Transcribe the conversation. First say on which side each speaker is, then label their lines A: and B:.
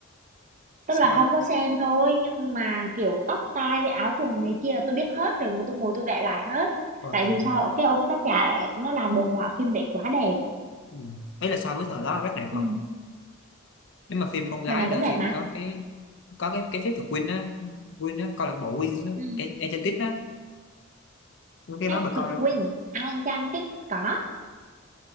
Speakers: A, on the right; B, on the left.
A: tức
B: sao
A: là
B: mà
A: không có xem thôi nhưng mà kiểu tóc tai với áo quần này kia là tôi biết hết rồi tôi ngồi tôi vẽ lại hết
B: rồi
A: tại vì sao cái ông tác giả nó làm đồ họa phim đấy quá đẹp
B: ừ. ấy là so với thời đó rất đẹp rồi
A: ừ.
B: nếu mà phim con gái
A: thời này
B: nữa
A: cũng đẹp
B: thì
A: mà
B: có cái có cái cái phép thuật Win á Win á câu lạc bộ Win á
A: ừ.
B: En- Enchanted á cái đó
A: hết
B: bà
A: thực
B: coi không
A: Win Ai Chan Tích có